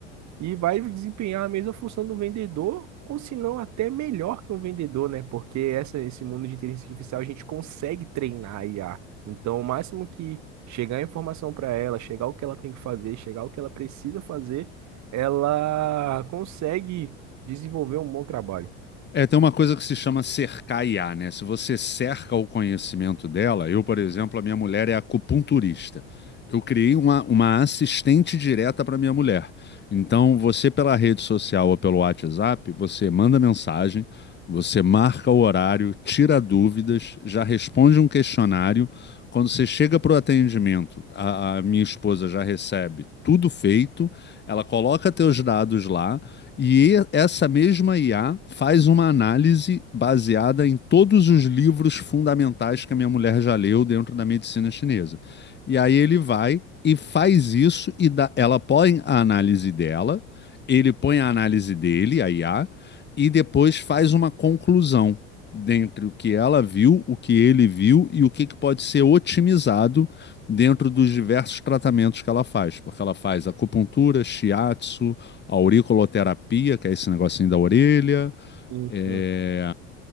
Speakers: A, on the right; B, on the left.
A: E vai desempenhar a mesma função do vendedor, ou se não, até melhor que um vendedor, né? Porque essa, esse mundo de inteligência artificial a gente consegue treinar a IA. Então, o máximo que chegar a informação para ela, chegar o que ela tem que fazer, chegar o que ela precisa fazer, ela consegue desenvolver um bom trabalho.
B: É, tem uma coisa que se chama cercar IA, né? Se você cerca o conhecimento dela, eu, por exemplo, a minha mulher é acupunturista. Eu criei uma, uma assistente direta para minha mulher. Então, você pela rede social ou pelo WhatsApp, você manda mensagem, você marca o horário, tira dúvidas, já responde um questionário. Quando você chega para o atendimento, a a minha esposa já recebe tudo feito, ela coloca teus dados lá. E essa mesma IA faz uma análise baseada em todos os livros fundamentais que a minha mulher já leu dentro da medicina chinesa. E aí ele vai e faz isso e dá- ela põe a análise dela, ele põe a análise dele, a IA, e depois faz uma conclusão dentre o que ela viu, o que ele viu e o que que pode ser otimizado dentro dos diversos tratamentos que ela faz, porque ela faz acupuntura, shiatsu, auriculoterapia, que é esse negocinho da orelha,
A: Sim, sim,
B: é,